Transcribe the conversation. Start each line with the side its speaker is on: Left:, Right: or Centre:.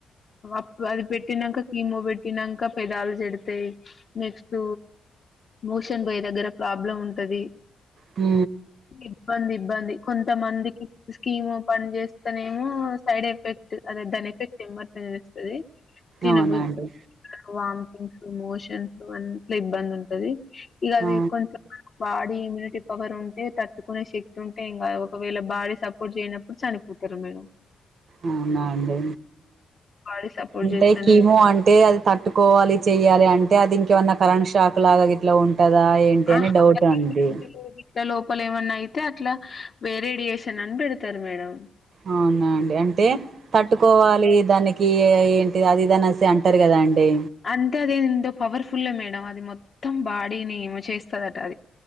Left: ప్పు అది పెట్టినంకా కిమో పెట్టినంకా పెదాలు చెడతయి నెక్స్ట్ మోషన్ బోయే దగ్గర ప్రాబ్లం ఉంటది
Right: హు
Left: ఇబ్బంది ఇబ్బంది కొంత మందికి స్కీమ్ పని చేస్తనేమో సైడ్ ఎఫెక్ట్ అద దాన్ని ఎఫెక్ట్ నిమత్తు గా తెలుస్తది తినబుద్
Right: అవునా అండి
Left: వామిటింగ్స్ మోషన్స్ అట్ల ఇబ్బంది ఉంటది ఇగ అది
Right: ఆ
Left: కొంచెం ఆ బాడీ ఇమ్యూనిటీ పవర్ ఉంటే తట్టుకునే శక్తి ఉంటె ఏం కాదు ఒకవేళ బాడీ సపోర్ట్ చేయనప్పుడు చనిపో అంతేనా మేడం
Right: అవునా అండి
Left: బాడీ సపోర్ట్
Right: అంటే
Left: చేస్తేనే
Right: కీమో అంటే అది తట్ తట్టుకోవాలి చెయ్యాలి అంటే అది ఇంకేమన్నా కరెంట్ షాక్ లాగా గిట్లా ఉంటదా ఏంటి
Left: ఆహా
Right: అని డౌట్
Left: అది
Right: అండి
Left: ఇట్లా లోపల ఏమన్నా అయితే అట్లా వేరేడియేషన్ అని పెడతారు మేడం
Right: అవునా అండి అంటే తట్టుకోవాలి దానికి కి ఏ ఏంటి అది ఇది అనేసి అంటారు కదా అండి
Left: అంటే అది ఎంతో పవర్ఫుల్ మేడం అది మొత్తం బాడీని ఏమో చేస్తదట అది